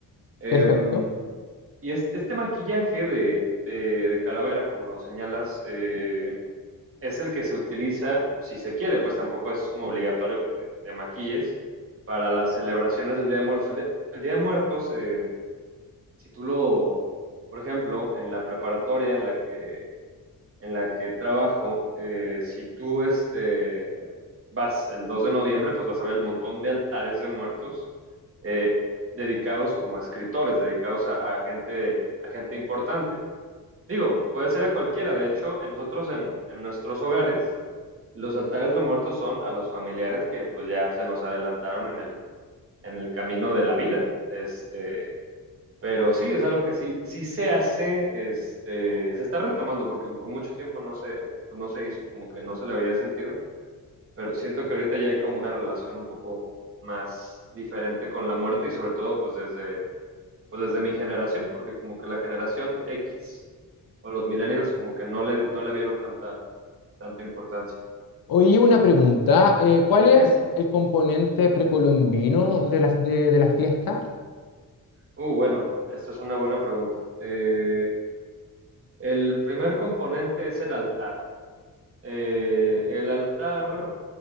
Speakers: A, on the right; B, on the left.
A: Em,
B: Perfecto.
A: y es- este maquillaje de, de- de calavera, como lo señalas, eh, es el que se utiliza si se quiere, pues tampoco es como obligatorio que te, te maquilles para las celebraciones del Día de Muertos. El Día, el Día de Muertos, eh, si tú lo, por ejemplo, en la preparatoria en la que en la que trabajo, eh, si tú este, vas el 2 de noviembre, pues vas a ver el montón de altares de muertos eh, dedicados como a escritores, dedicados a, a, gente, a gente importante. Digo, puede ser a cualquiera. De hecho, en nosotros, en, en nuestros hogares, los altares de muertos son a los familiares que pues ya se nos adelantaron en el, en el camino de la vida. Este, pero sí, es algo que sí, sí se hace, este, se está retomando, porque por mucho tiempo no se, pues no se hizo, como que no se le había sentido, pero siento que ahorita ya hay como una relación un poco más diferente con la muerte y sobre todo pues desde, pues desde mi generación, porque como que la generación X o los millennials como que no le, no le vieron tanta, tanta importancia.
B: Oí una pregunta. eh, ¿cuál
A: Dime.
B: es el componente precolombino de la, de, de la fiesta?
A: Uh, bueno, esta es una buena pregunta. Eh, el primer componente es el altar. Eh, el altar